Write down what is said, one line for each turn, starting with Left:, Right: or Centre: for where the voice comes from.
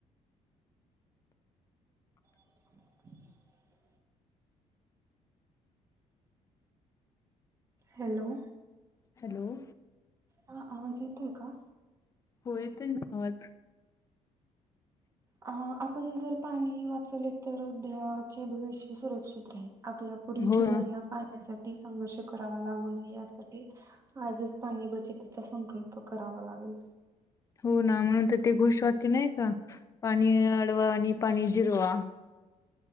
Right: <unintelligible> हॅलो?
Left: हॅलो!
Right: हा, आवाज येतोय का?
Left: हो येतोय न, आवाज,
Right: अहा आपण जर पाणी वाचवले त, र उद्याचे भविष्य सुरक्षित राहील, आपल्या पुढील
Left: हो
Right: पिढ्यांना
Left: ना
Right: पाण्यासाठी, संघर्ष करावा लागू नये यासाठी, आजच पाणी बचतीचा, संकल्प करावा लागतो,
Left: हो, ना म्हणून तर ते, घोषवाक्य नाही का, पाणी अडवा, आणि पाणी जिरवा,